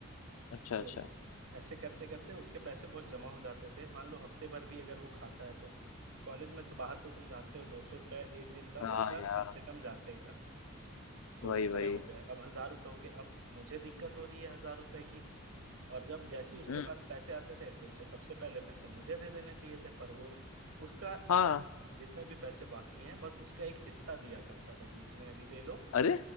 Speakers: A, on the left; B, on the right.
A: अच्छा अच्छा
B: तो ऐसे करते करते उसके पैसे बहुत जमा हो जाते थे मान लो हफ्ते भर भी अगर वो खाता है तो कॉलेज में तो बाहर तो तुम जानते हो दो सौ रुपये एक दिन का
A: हाँ
B: खर्चा
A: यार
B: कम से कम जाता ही था तो
A: वही
B: उतने
A: वही
B: हो गए अब हजार रुपये हो गए अब मुझे दिक्कत हो रही है हजार रुपए की और जब जैसे ही उसके
A: हम्म
B: पास पैसे आते थे तो उसे सबसे पहले पैसे मुझे दे देने चाहिए थे पर वो उसका
A: हाँ
B: जि, जितने भी पैसे बाकी हैं बस उसका एक हिस्सा दिया करता था कि इतने अभी ले लो
A: अरे